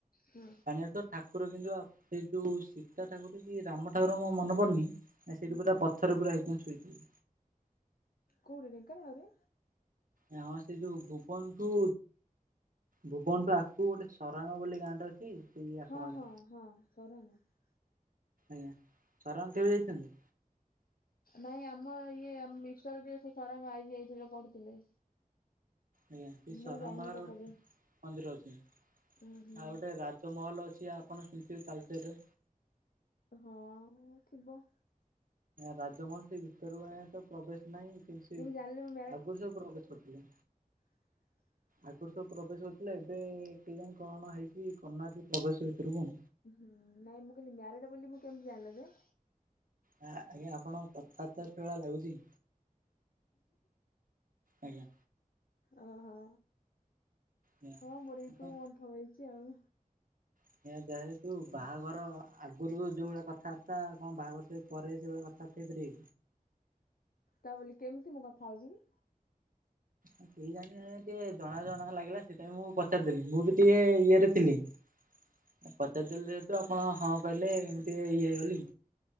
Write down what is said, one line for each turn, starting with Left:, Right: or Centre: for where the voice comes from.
Left: ହୁଁ
Right: ପାଣିଆ ତ ଠାକୁର କିନ୍ତୁ ସେ ଯୋଉ ସୀତା ଠାକୁର କି ରାମ ଠାକୁର ମୋ ମନ ପଡୁନି। ନା ସେଇଠି
Left: ହୁଁ
Right: ପୁରା ପଥର ପୁରା ଛୋଇଥିବେ ଶୋଇଥିବେ।
Left: କୋଉଠି ଢେଙ୍କାନାଳ ରେ?
Right: ନମସ୍ତେ ଯୋ ଭୁବନଠୁ। ଭୁବନଠୁ ଆଗକୁ ଗୋଟେ ସରାଙ୍ଗ ବୋଲି ଗାଁଟେ ଅଛି। ଆଖପାରେ
Left: ହଁ ହଁ ହଁ ସରାଙ୍ଗ।
Right: ଆଜ୍ଞା ସରଣ କେବେ ଯାଇଚନ୍ତି?
Left: ନାଇଁ ଆମର ଇଏ ମିଷ୍ଟର ଯେ ସେ ସରାଙ୍ଗ ଆଇଜି ଆଇରେ ପଢୁଥିଲେ।
Right: ଆଜ୍ଞା ସେ
Left: ମୁଁ
Right: ସରାମବାର
Left: ଯାଇନି କଟକ।
Right: ଗୋଟେ ମନ୍ଦିର ଅଛି ଆଉ
Left: ଉଁ ହୁଁ।
Right: ଗୋଟେ ରାଜ୍ ତ ମହଲ୍ ଅଛି ଆପଣ କେମିତିି ତାଲଚେରରେ
Left: ହଁ ଥିବ।
Right: ରାଜମହଲସୀ ଭିତରରୁ ଆ ତ ପ୍ରବେଶ ନାହିଁ। ସେ
Left: କେମିତି ଜାଣିଲେ ମୁଁ
Right: ଆଗରୁ ଯୋ ପ୍ରଗ୍ରାସି କରିଥିଲେ।
Left: ହ
Right: ଆଗରୁ ସବୁ ପ୍ରବେଶ କରିଥିଲା ଏବେ ଏ ଟିନ୍ କଣ ହେଇଛି କର ନାହାନ୍ତି ପ୍ରବେଶ ଭିତରକୁ।
Left: ହୁଁ ନାଇଁ ମୁଁ କହିଲି ମ୍ୟାରେଡ ବୋଲି ମୁଁ କେମିତି ଜାଣିଲ ଯେ?
Right: ନାଁ ଆଜ୍ଞା ଆପଣ କଥାବାର୍ତା ସେ ଭଳିଆ ଲାଗୁଛି। ଆଜ୍ଞା।
Left: ଓହୋ
Right: ଆଜ୍ଞା।
Left: ହଁ ମୋର ଏଇ ଟୁ ମନ୍ଥ ରହିଛି ଆଉ।
Right: ଆଜ୍ଞା ଯା ହେତୁ ବାହାଘର ଆଗରୁ ଯୋଉ ଭଳିଆ କଥାବାର୍ତ୍ତା କଣ ବାହାଘର ପରେ ସେଇଭଳିଆ କ ଥାଟି ଥ୍ରୀ।
Left: ତା ବୋଲି କେମିତି ମୁଁ କଥା ହଉଚି କି?
Right: କେଜାଣି ଆ ଟିକେ ଜଣା ଜଣା ଲାଗିଲା ସେଇପାଇଁ ମୁଁ ପଚାରିଦେଲି ମୁଁ ବି ଟିଏ ଇଏରେ ଥିଲି ପ ସେତେବେଳେ ଯେହେତୁ ଆପଣ ହଁ କହିଲେ ଏମିତି ଇଏ ଗଲି।